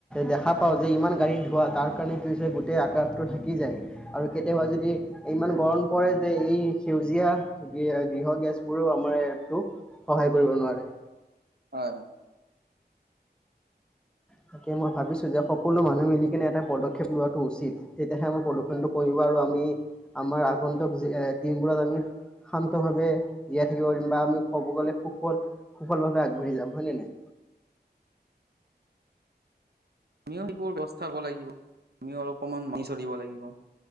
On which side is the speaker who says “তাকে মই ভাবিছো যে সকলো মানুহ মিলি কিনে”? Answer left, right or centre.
Centre